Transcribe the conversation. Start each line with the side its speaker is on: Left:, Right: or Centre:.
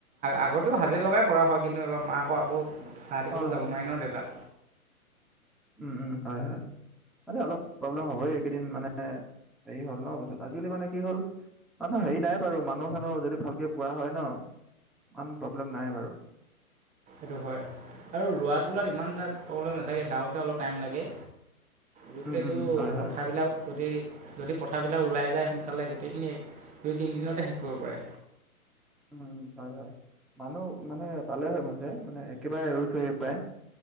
Right: আগতেও হাজিৰা লগাই কৰা হয়, কিন্তু এইবাৰ মাকো আকৌ চাহ দিবলৈও
Centre: অ
Right: যাব নোৱাৰে ন দেউতাক।
Centre: উম, উম, হয়, হয়, মানে অলপ প্ৰব্লেম হ'বই, এইকেইদিন মানে এ দেৰি হ'ল ন বস্তুতো, আজিকালি মানে কি হ'ল মানুহ হেৰি নাই বাৰু, মানুহ-চানুহ যদি ভালকে পোৱা হয় ন, ইমান প্ৰব্লেম নাই বাৰু।
Right: সেইটো হয়, আৰু ৰোৱা তোলাত ইমানতা প্ৰব্লেম নাথাকে, দাওঁতে অলপ টাইম লাগে, গোতেটো
Centre: উম, উম, হয়, হয়,
Right: পথাৰ বিলাক যদি যদি পথাৰবিলাক ওলাই যায় সোনকালে, গোটেইখিনি দুই-তিনিদিনতে শেষ কৰিব পাৰে।
Centre: উম, হয়, হয়। মানুহ মানে পালে হয়, অৱশ্য মানে একেবাৰে ৰুই থৈ আহিব পাৰে।